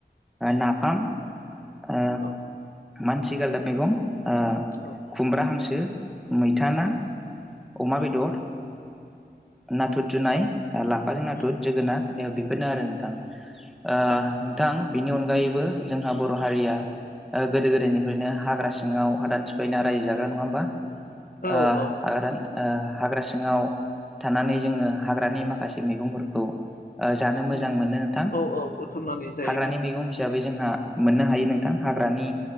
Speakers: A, in the centre; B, on the left.
A: नाफाम ओ
B: औ
A: मानसि गालदाब मैगं ओ
B: औ
A: खुमब्रा हांसो मैथा ना अमा
B: औ उम
A: बेदर नाथुर जुनाय लाफाजों नाथुर
B: उम
A: जोगोनार बेफोरनो आरो नोंथां ओ
B: औ
A: नोंथां बेनि अनगायैबो जोंहा बर' हारिया ओ गोदो गोदायनिफ्रायनो हाग्रा सिङाव हादान सिफायना रायजो जाग्रा नङा होमबा?
B: औ
A: ओ
B: औ
A: हाग्रा ओ हाग्रा सिं थानानै जोङो हाग्रानि माखासे मैगंफोरखौ ओ जानो मोजां
B: उम
A: मोनो नोंथां
B: औ औ बुथुमनानै जायोमोन
A: हाग्रानि मैगं हिसाबै जों ओ मोननो हायो नोंथां हाग्रानि